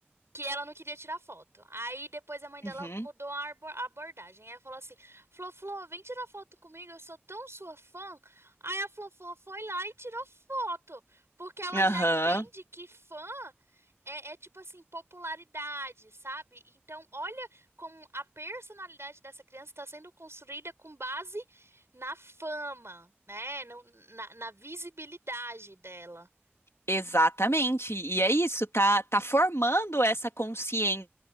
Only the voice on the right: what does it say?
que ela não queria tirar foto. Aí depois a mãe dela
mudou a arbo- a abordagem. Ela falou assim: Flo, Flo, vem tirar foto comigo, eu sou tão sua fã. Aí a Flo, Flo foi lá e tirou foto, porque ela
já entende que fã é, é tipo assim, popularidade, sabe? Então, olha como a personalidade dessa criança está sendo construída com base na fama, né? No- na na visibilidade dela.